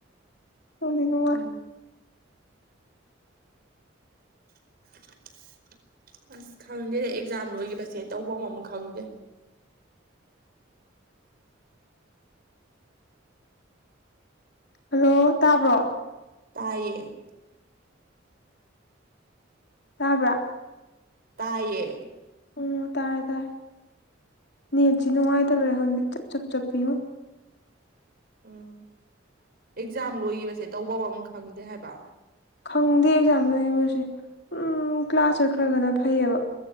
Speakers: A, on the left; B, on the right.
A: ꯅꯨꯡꯗꯤ ꯅꯨꯡꯉꯥꯏ
B: ꯎꯝ <inaudible> ꯑꯁ ꯈꯪꯗꯦꯗ ꯑꯦꯛꯖꯥꯝ ꯂꯣꯏꯈꯤꯕꯁꯦ ꯇꯧꯕꯝ ꯑꯝ ꯈꯪꯗꯦ
A: ꯍꯜꯂꯣ ꯇꯥꯕ꯭ꯔꯣ
B: ꯇꯥꯏꯌꯦ
A: ꯇꯥꯕ꯭ꯔꯥ
B: ꯇꯥꯏꯌꯦ
A: ꯑꯣ ꯇꯥꯔꯦ ꯇꯥꯔꯦ ꯅꯦꯠꯁꯤ ꯅꯨꯡꯉꯥꯏꯇꯕꯩꯔ ꯈꯪꯗ‌ꯦ ꯆꯞ ꯆꯞ ꯆꯞꯄꯤꯉ‌ꯣ
B: ꯎꯝ ꯑꯦꯛꯖꯥꯝ ꯂꯣꯏꯈꯤꯕꯁꯦ ꯇꯧꯕꯝ ꯑꯝ ꯈꯪꯗꯦ ꯍꯥꯏꯕ
A: ꯈꯪꯗꯦ ꯑꯦꯛꯖꯥꯝ ꯂ‌ꯣꯏꯈꯤꯕꯁꯦ ꯁꯨꯝ ꯀ꯭ꯂꯥꯁ ꯆꯠꯈ꯭ꯔꯒꯅ ꯐꯩꯌꯦꯕ